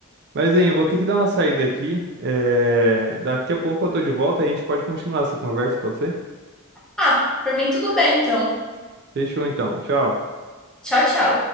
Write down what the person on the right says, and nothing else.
Mas, hein, eu vou ter que dar uma saída aqui, é, daqui a pouco eu tô de volta e a gente pode continuar essa conversa, pode ser?
Fechou, então, tchau.